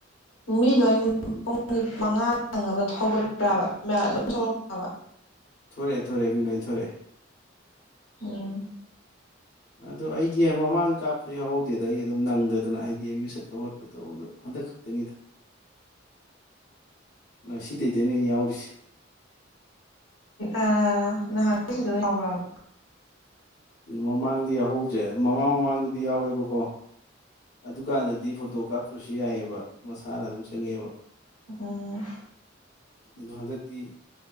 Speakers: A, on the left; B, on the left.
A: ꯃꯤ ꯂꯣꯏꯅ <unintelligible> ꯃꯉꯥ ꯅꯪꯅꯕ ꯊꯧꯒꯠꯄ꯭ꯔꯕ ꯃꯌꯥꯝ ꯂꯣꯏ ꯊꯣꯛꯂꯛꯄ꯭ꯔꯕ
B: ꯊꯣꯔꯛꯑꯦ ꯊꯣꯔꯛꯑꯦ ꯃꯤ ꯂꯣꯏ ꯊꯣꯔꯛꯑꯦ
A: ꯎꯝ
B: ꯑꯗꯣ ꯑꯩꯒꯤ ꯃꯃꯥꯡ ꯀꯥꯞꯄꯁꯨ ꯌꯥꯎꯍꯧꯗꯦꯗ ꯑꯩ ꯑꯗꯨꯝ ꯅꯪꯗꯗꯅ ꯍꯥꯏꯗꯤ ꯑꯦꯝ ꯌꯨ ꯆꯠꯄ ꯈꯣꯠꯄꯗꯣ ꯇꯧꯕꯗꯣ ꯍꯟꯗꯛ ꯈꯛꯇꯅꯤꯗ ꯉꯁꯤꯗꯩꯅꯤꯗ ꯌꯥꯎꯔꯤꯁꯦ
A: ꯑ ꯅꯍꯥꯟꯗꯤ ꯐꯖꯅ ꯌꯥꯑꯕ꯭ꯔꯕ
B: ꯃꯃꯥꯡꯗꯤ ꯌꯥꯎꯍꯧꯗ꯭ꯔꯦ ꯃꯃꯥꯡ ꯃꯃꯥꯡꯗꯗꯤ ꯌꯥꯎꯋꯦꯕꯀꯣ ꯑꯗꯨꯀꯥꯟꯗꯗꯤ ꯐꯣꯇꯣ ꯀꯥꯞꯇ꯭ꯔꯁꯨ ꯌꯥꯏꯌꯦꯕ ꯃꯁꯥꯅ ꯑꯗꯨꯝ ꯆꯪꯉꯦꯕ
A: ꯑꯣ
B: ꯑꯗꯣ ꯍꯟꯗꯛꯇꯤ